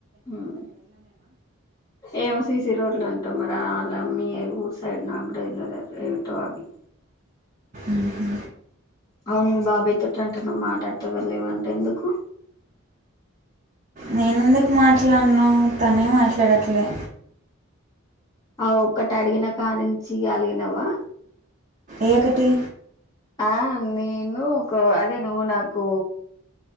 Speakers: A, on the left; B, on the right.
A: ఉమ్... ఏవో సిసి రోడ్లంట మరాల్ల మీ ఊర్ సైడ్ నాక్కుడా తెలువదు రే ఏటో అవీ
B: ఉహూ
A: అవును మీ బాబాయ్ తోటంట నువ్వు మాట్లాడుతళ్లేవంట ఎందుకు
B: నేనెందుకు మాట్లడను, తనే మాట్లాడట్లే
A: ఆ ఒక్కటడిగినా కానించి ఇగ అలిగినవా
B: ఏఒకటి
A: ఆ నేను ఒక అదే నువ్వు నాకూ